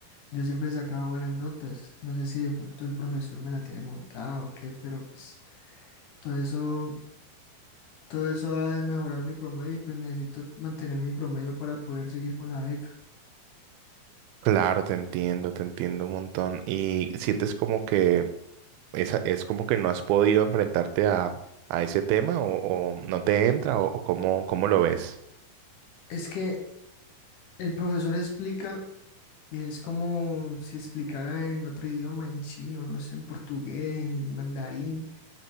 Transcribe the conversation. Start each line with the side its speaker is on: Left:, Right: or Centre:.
Left: Yo siempre sacaba buenas notas, no sé si de pronto el profesor me la tiene montada o qué, pero pues todo eso, todo eso ha desmejorado mi promedio y pues necesito mantener mi promedio para poder seguir con la beca.
Right: Claro, te entiendo, te entiendo un montón. Y sientes como que esa, es como que no has podido enfrentarte a, a ese tema o, o no te entra o, o cómo, cómo lo ves.
Left: Es que El profesor explica y es como si explicara en otro idioma, en chino, no sé, en portugués, en mandarín.